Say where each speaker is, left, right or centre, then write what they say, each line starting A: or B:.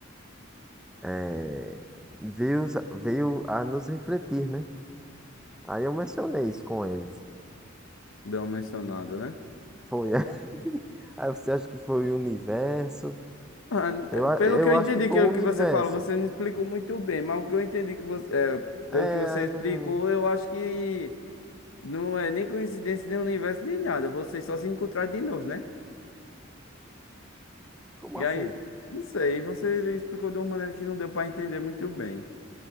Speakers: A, in the centre; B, on the left.
A: eh, veio, os- veio a nos refletir, né? Aí eu mencionei isso com eles.
B: Deu uma mencionada, né?
A: Foi. <laughs> Aí você acha que foi o universo?
B: Ah, n-
A: Eu,
B: eh,
A: a-
B: Pelo
A: eu
B: que eu
A: acho
B: entendi
A: que foi
B: que,
A: o universo.
B: que você fala, você não explicou muito bem, mas o que eu entendi que você, eh, pelo
A: É,
B: que você explicou,
A: não.
B: eu acho que Não é nem coincidência, nem universo, nem nada. Vocês só se encontraram de novo, né?
A: Como
B: E
A: assim?
B: aí, não sei, você explicou de uma maneira que não deu pra entender muito bem.